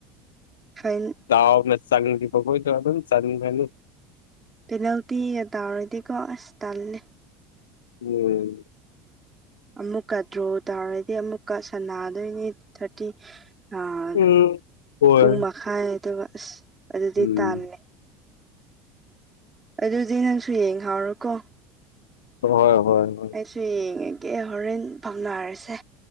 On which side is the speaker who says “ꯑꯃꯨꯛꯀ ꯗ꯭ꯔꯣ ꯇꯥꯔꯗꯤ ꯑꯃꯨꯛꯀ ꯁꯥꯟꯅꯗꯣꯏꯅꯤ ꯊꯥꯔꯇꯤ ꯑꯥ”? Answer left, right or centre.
Right